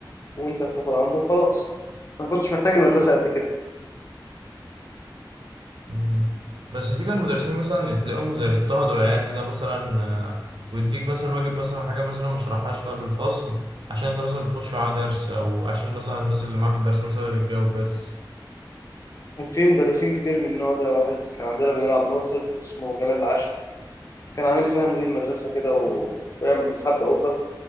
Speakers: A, on the left; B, on the right.
A: وانت بتاخد عنده وخلاص ما كنتش محتاج المدرسه قد كده
B: مم. بس في كان مدرسين مثلا تلاقيهم زي بيضطهدوا العيال كده مثلا آه، ويديك مثلا واجب مثلا حاجة مثلا ما شرحهاش في قلب الفصل عشان انت مثلا ما بتاخدش معاه درس او عشان مثلا الناس اللي معاه في الدرس مثلا اللي تجاوب بس
A: كان في مدرسين كتير من النوع ده واحد كان عندنا بنلعب ناصر اسمه جمال العشري كان عامل لي فيها مدير مدرسه كده و... ويعمل حبه قبه